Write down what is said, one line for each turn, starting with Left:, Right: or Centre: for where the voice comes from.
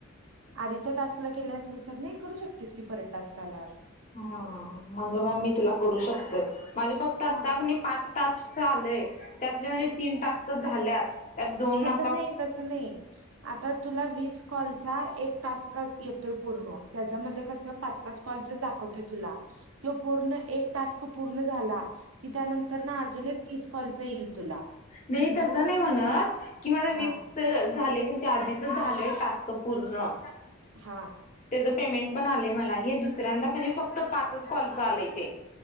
Right: आधीच्या टास्कला केले असलेस तर नाही करू शकतेस की परत टास्क आल्यावर
Left: ह म्हणजे बाळ मी तुला करू शकतोय. माझे फक्त आता
Right: हा
Left: कनई पाच टास्क आलय. त्यातले माझे तीन टास्क झाल्यात. त्यात दोन
Right: तस
Left: आता
Right: नाही, तस नाही आता तुला वीस कॉलचा एक टास्क येतोय पूर्ण त्याच्यामध्ये कसं पाच पाच कॉलचेच दाखवतोय तुला. त्यो पूर्ण एक टास्क पूर्ण झाला, की त्यानंतरं अजून एक तीस कॉलचा येईल तुला.
Left: नाही तसं
Right: मग
Left: नाही म्हणत, की माझं वीसच
Right: हां,
Left: झालंय की त्या आधीच झालंय टास्क पूर्ण.
Right: हा.
Left: त्याच पेमेंट पण आलय मला. हे दुसऱ्यांदा का नई फक्त पाच कॉल आलय ते.